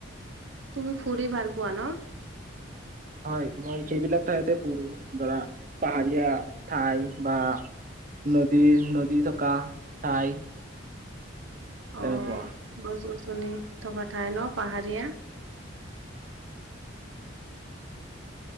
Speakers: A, on the right; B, on the right.
A: তুমি ফুৰি ভাল পোৱা ন
B: হয় মই সেইবিলাক ঠাইতে পুৰো ধৰা পাহাৰীয়া ঠাই বা নদীৰ নদী থকা ঠাই তেনেকুৱা
A: অ বছ বছ শুনি থকা ঠাই ন পাহাৰীয়া